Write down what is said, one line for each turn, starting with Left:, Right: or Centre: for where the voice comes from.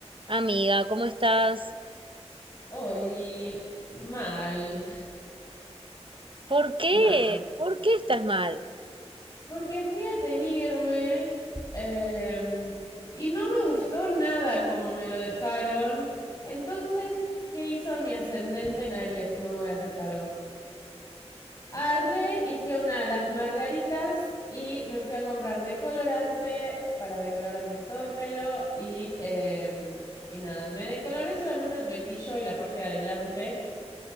Right: Amiga, ¿cómo estás?
Left: Oli, mal,
Right: ¿Por qué?
Left: mal.
Right: ¿Por qué estás mal?
Left: Porque fui a teñirme em, y no me gustó nada como me lo dejaron. Entonces, ¿qué hizo mi ascendente en Aries? No me voy a hacer cargo. Arre y fui a una de las margaritas y me fui a comprar decolorante para decolorarme todo el pelo y, em, y nada, me decoloré solamente el flequillo y la parte de adelante.